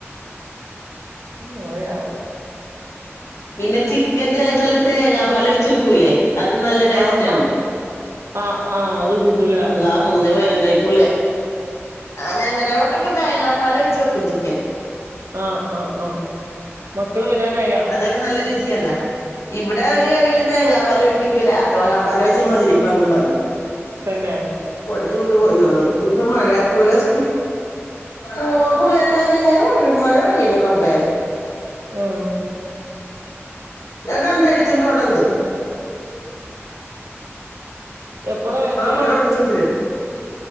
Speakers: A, on the right; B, on the left.
A: <unintelligible>
B: പിന്നെ ചിക്കൻ ചില സ്ഥലത്ത് തേങ്ങാ പാല് ഒഴിച്ച് വെക്കൂല്ലേ അതും നല്ല ടേസ്റ്റ്
A: ആഹ്
B: ആണ്
A: ആഹ് ആഹ്
B: <unintelligible>
A: ആഹ് അത് കൂട്ടൂലേ
B: മൂന്ന് പതിനൊന്നായി പുള്ളെ ആഹ് ഞങ്ങടെ ഇവിടെ ഒക്കെ താങ്ങപ്പാല് ഒഴിച്ച് വെക്കും ചിക്കൻ
A: ആഹ് ആഹ് ആഹ് മക്കള് വരാനായോ?
B: അതൊക്കെ നല്ല രുചിയല്ല ഇവിടെ ഒരു കറീലും തേങ്ങാപ്പാല് ഒഴിപ്പിക്കില്ല തേങ്ങാപാലൊഴിച്ചാ മധുരിപ്പാന്നും പറഞ്
A: തന്നെ
B: കുട കൊണ്ട് പോയിന്നോന്നു
A: അത് ശരി
B: ഇനി ഇപ്പൊ മഴ പുള്ള സ് ഓഹ് <unintelligible> എങ്ങനെ കൊണ്ട് വരും മഴ പെയ്യണ് റബ്ബേ
A: ആഹ്
B: ഞാൻ കണ്ടു എടുത്തോണ്ട് ഓടണത്
A: എപ്പളാ വരല്
B: കുട ഓടിച്ചോണ്ടിരും